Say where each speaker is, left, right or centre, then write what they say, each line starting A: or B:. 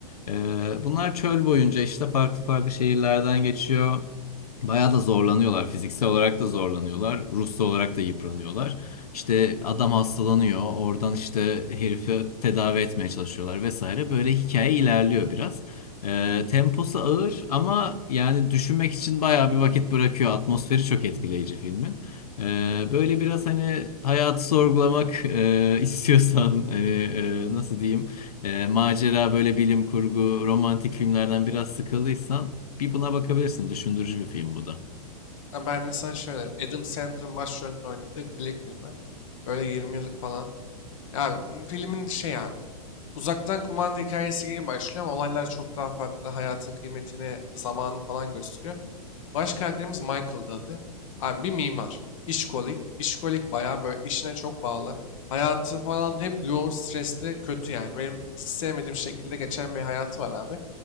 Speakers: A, on the left; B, on the left.
A: Ee, bunlar çöl boyunca işte farklı farklı şehirlerden geçiyor. Bayağı da zorlanıyorlar. Fiziksel olarak da zorlanıyorlar. Ruhsal olarak da yıpranıyorlar. İşte adam hastalanıyor. Oradan işte herifi tedavi etmeye çalışıyorlar vesaire. Böyle hikaye ilerliyor biraz. Ee, temposu ağır ama yani düşünmek için bayağı bir vakit bırakıyor. Atmosferi çok etkileyici filmin. Ee, böyle biraz hani hayatı sorgulamak <laughs> e, istiyorsan hani e, nasıl diyeyim e, macera böyle bilim kurgu romantik filmlerden biraz sıkıldıysan bir buna bakabilirsin. Düşündürücü bir film bu da.
B: Ha, ben de sana şey öneririm. Adam Sandler'ın başrolünde oynadığı Click filmi. Böyle 20 yıllık falan. Ya m, filmin şey abi. Uzaktan kumanda hikayesi gibi başlıyor ama olaylar çok daha farklı. Hayatın kıymetini, zamanı falan gösteriyor. Baş karakterimiz Michael'dı adı. Abi bir mimar. İşkolik. İşkolik bayağı böyle işine çok bağlı. Hayatı falan hep yoğun, stresli, kötü yani. Benim hiç sevmediğim şekilde geçen bir hayatı var abi.